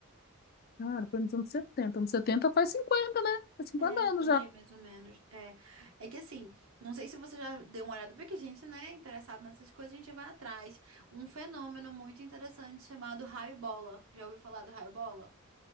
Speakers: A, on the left (about 45°); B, on the right (about 70°).
A: Cara, foi nos anos setenta Anos 70 faz cinquenta né? Faz 50
B: É, por
A: anos já.
B: aí, mais ou menos. É, é que assim, não sei se você já deu uma olhada, porque a gente, né, interessado nessas coisas, a gente vai atrás. Um fenômeno muito interessante chamado raio-bola. Já ouviu falar do raio-bola?